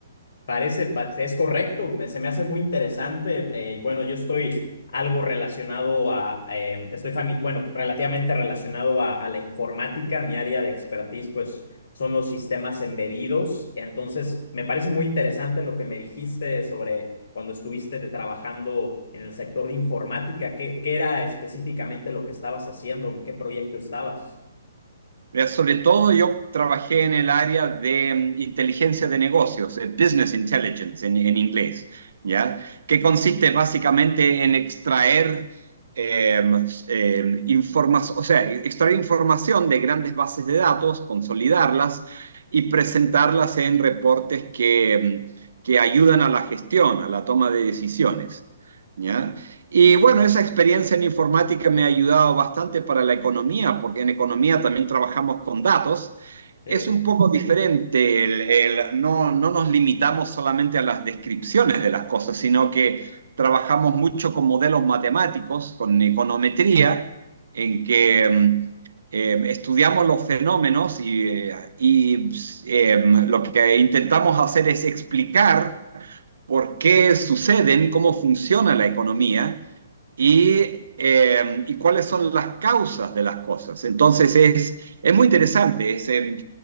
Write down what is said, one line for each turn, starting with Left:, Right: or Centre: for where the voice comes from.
Left: Parece, parece, es correcto, me- se me hace muy interesante. eh, y bueno, yo estoy algo relacionado a, eh, estoy fami- bueno, relativamente relacionado a, a la informática. Mi área de expertise, pues, son los sistemas embedidos. Entonces, me parece muy interesante lo que me dijiste sobre cuando estuviste de- trabajando en el sector de informática. ¿Qué, qué era específicamente lo que estabas haciendo? ¿En qué proyecto estabas?
Right: Mira, sobre todo yo trabajé en el área de mm, inteligencia de negocios, eh, business intelligence en, en inglés, ¿ya? Que consiste básicamente en extraer eh, eh, informas- o sea, extraer información de grandes bases de datos, consolidarlas y presentarlas en reportes que, mm, que ayudan a la gestión, a la toma de decisiones, ¿ya? Y bueno, esa experiencia en informática me ha ayudado bastante para la economía, porque en economía también trabajamos con datos.
Left: Sí,
Right: Es un poco diferente, el- el- no, no nos limitamos solamente a las descripciones de las cosas, sino que trabajamos mucho con modelos matemáticos, con econometría, en que mm, eh, estudiamos los fenómenos y, eh, y, eh, lo que intentamos hacer es explicar por qué suceden, cómo funciona la economía y, eh, y cuáles son las causas de las cosas. Entonces es, es muy interesante, es, eh,